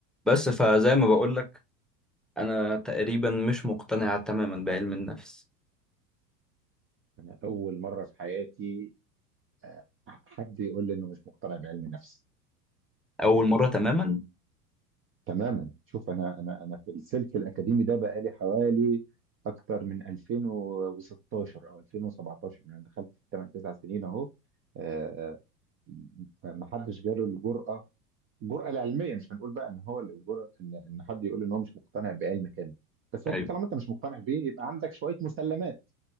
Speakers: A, in the centre; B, on the right.
A: بس فزي ما بقول لك انا تقريبا مش مقتنع تماما بعلم النفس
B: انا اول مره في حياتي آه، حد يقول لي انه مش مقتنع بعلم النفس
A: اول
B: يعني
A: مره تماما
B: تماما شوف انا انا انا في السلك الاكاديمي ده بقالي حوالي اكتر من 2016 او 2017 يعني دخلت في 8 9 سنين اهو آه، ما حدش جاله الجرأه الجرأه العلميه مش هنقول بقى ان هو الجرأه ان ان حد يقول ان هو مش مقتنع بعلم كامل بس
A: ايوه
B: اكيد طالما انت مش مقتنع بيه يبقى عندك شويه مسلمات